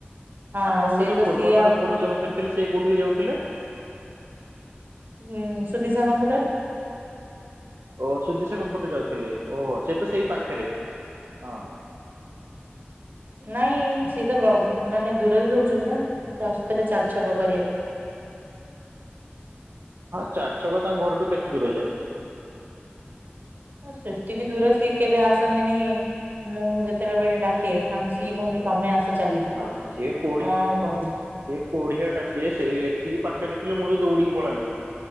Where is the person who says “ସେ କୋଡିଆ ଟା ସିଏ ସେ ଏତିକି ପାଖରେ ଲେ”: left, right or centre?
Right